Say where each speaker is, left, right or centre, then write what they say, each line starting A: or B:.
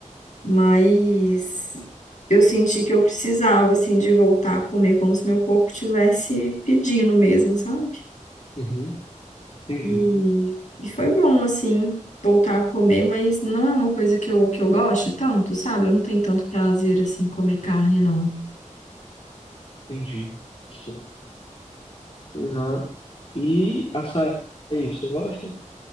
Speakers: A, on the left; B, on the left.
A: mas eu senti que eu precisava, assim, de voltar a comer como se meu corpo tivesse pedindo mesmo, sabe?
B: Uhum. Entendi,
A: E, e foi bom, assim, voltar a comer, mas não é uma coisa que eu, que eu goste tanto, sabe? Eu não tenho tanto prazer, assim, em comer carne, não.
B: entendi. Sim. Pois é. E açaí, você gosta?